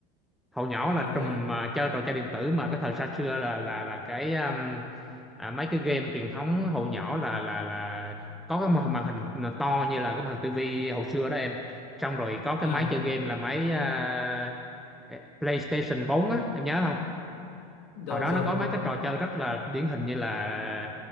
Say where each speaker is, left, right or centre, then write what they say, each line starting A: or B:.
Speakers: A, in the centre; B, on the left.
A: hồi nhỏ là
B: à thế
A: trùm
B: à
A: à, chơi trò chơi điện tử mà cái thời xa xưa là là là cái um, à, mấy cái game truyền thống hồi nhỏ là là là có cái màn màn hình mà to như là cái màn hình tivi hồi xưa đó em xong rồi có cái
B: à
A: máy chơi game là máy à, à, PlayStation 4 á em nhớ không
B: rồi
A: hồi đó
B: rồi
A: nó
B: em
A: có mấy
B: có
A: cái trò
B: có
A: chơi rất là điển hình như là